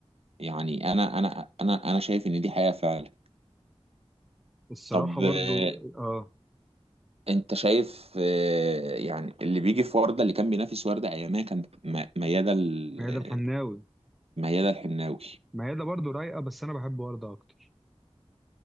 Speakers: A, on the right (about 65°); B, in the centre.
A: يعني انا انا انا انا شايف ان دي حقيقه فعلا
B: الصراحه
A: طب
B: برضو
A: آه،
B: اه
A: انت شايف آه، يعني اللي بيجي في ورده اللي كان بينافس ورده ايامها كان م- ميادة ال-
B: ميادة الحناوي
A: ميادة الحناوي
B: ميادة برضو رايقه بس انا بحب وردة اكتر